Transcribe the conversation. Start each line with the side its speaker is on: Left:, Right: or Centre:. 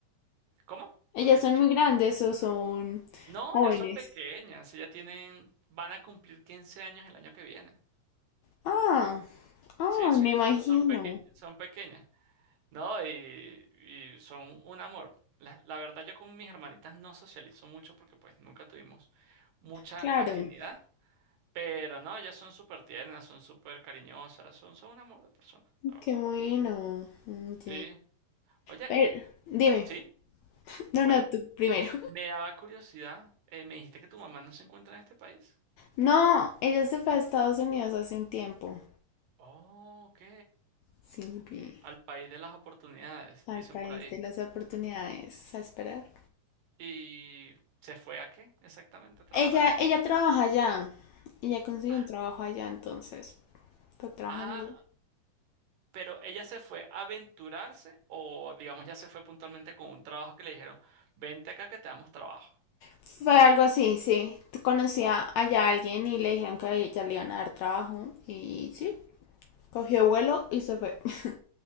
Right: ¿cómo?
Left: Ellas
Right: No te escuché.
Left: son muy grandes o son
Right: No,
Left: jóvenes.
Right: ya son pequeñas, ya tienen, van a cumplir 15 años el año que viene.
Left: Ah, ah,
Right: Sí, sí,
Left: me imagino.
Right: son, son pequeñas, son pequeñas. No, y, y son un amor. La, la verdad, yo con mis hermanitas no socializo mucho porque pues nunca tuvimos mucha
Left: Claro,
Right: afinidad, pero no, ellas son súper tiernas, son súper cariñosas, son, son un amor de persona, la
Left: qué
Right: verdad.
Left: bueno. ok.
Right: Sí. Oye,
Left: Pero, dime,
Right: sí,
Left: no,
Right: bueno,
Left: no, tú primero.
Right: me daba curiosidad, eh, me dijiste que tu mamá no se encuentra en este país.
Left: No, ella se fue a Estados Unidos hace un tiempo.
Right: Oh, ok.
Left: Sí, vi,
Right: Al país de las oportunidades,
Left: al
Right: dicen
Left: país
Right: por ahí.
Left: de las oportunidades, a esperar.
Right: ¿Y se fue a qué exactamente? ¿A trabajar?
Left: Ella, ella trabaja allá. Ella consiguió
Right: Ah,
Left: un trabajo allá, entonces. Está trabajando
Right: ah,
Left: ya.
Right: Pero ella se fue a aventurarse o digamos ya se fue puntualmente con un trabajo que le dijeron, vente acá que te damos trabajo.
Left: Fue algo así, sí. Conocía allá a alguien y le dijeron que a ella le iban a dar trabajo y sí, cogió vuelo y se fue. <laughs>